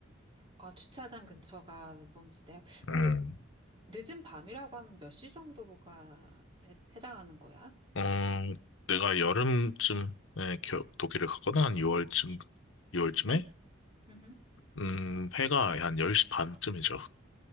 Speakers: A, on the right; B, on the left.
A: 아, 주차장 근처가 우범지대요?
B: 음,
A: 그, 늦은 밤이라고 하면 몇 시 정도가 해, 해당하는 거야?
B: 어, 내가 여름쯤에 겨- 독일을 갔거든 한 6월쯤 6월쯤에
A: 응? 응?
B: 음, 회가 한 10시 반쯤이죠.